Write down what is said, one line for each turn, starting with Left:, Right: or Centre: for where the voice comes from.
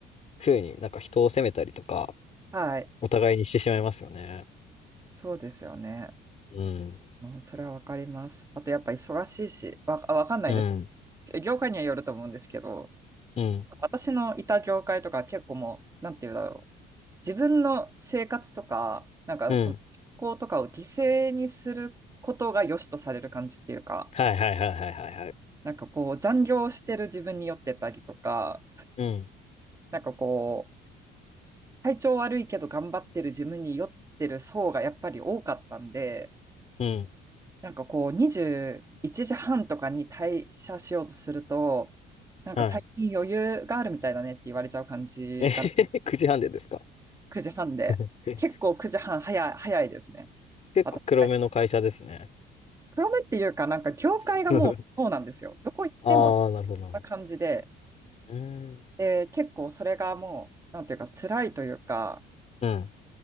Left: ふうになんか人を責めたりとか、
Right: はい。
Left: お互いにしてしまいますよね。
Right: そうですよね。
Left: うん。
Right: うん、それはわかります。あとやっぱ忙しいし、わ、わかんないです。
Left: うん。
Right: 業界にはよると思うんですけど、
Left: うん。
Right: 私のいた業界とか結構もう、なんて言うんだろう。自分の生活とか、なんかその健康とかを犠牲にすることが良しとされる感じっていうか、
Left: うん。はいはいはいはいはいはい。
Right: なんかこう残業してる自分に酔ってたりとか、
Left: うん。
Right: なんかこう、体調悪いけど頑張ってる自分に酔ってる層がやっぱり多かったんで、
Left: うん。
Right: なんかこう、21時半とかに退社しようとすると、なんか最近余裕があるみたいだねって言われちゃう感じだ。
Left: はい。えへへ、9時半でですか
Right: 9時半で。
Left: え
Right: 結構9時半早い、早いですね。
Left: 結構黒めの会社ですね。
Right: 私が。黒目っていうか、なんか業界がもうそうなんですよ。
Left: <laughs>
Right: どこ行ってもそんな感じで、
Left: ああ、なるほどなるほど。うーん。
Right: で、結構それがもう、なんていうか辛いというか、
Left: うん。